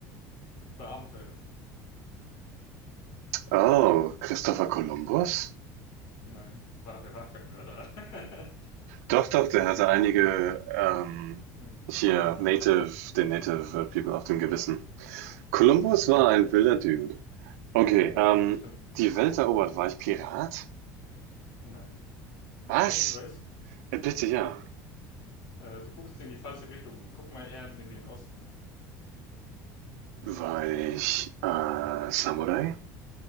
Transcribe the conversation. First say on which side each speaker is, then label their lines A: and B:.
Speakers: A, on the left (about 65°); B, on the right (about 85°).
A: beabenteuert.
B: Oh, Christopher Columbus?
A: Nein, war doch, war doch kein Mörder.
B: Doch, doch, der hatte
A: <laughs>
B: einige ähm,
A: Hm,
B: hier
A: Okay,
B: Native, den Native People auf dem Gewissen. Columbus
A: okay, das
B: war
A: stimmt.
B: ein wilder Dude. Okay, ähm,
A: Okay, das stimmt.
B: die Welt erobert, war ich Pirat?
A: Nein. Willst
B: Was?
A: du noch einen Hinweis?
B: Äh, bitte ja.
A: Äh, du guckst in die falsche Richtung. Guck mal eher in den Osten.
B: War ich äh, Samurai?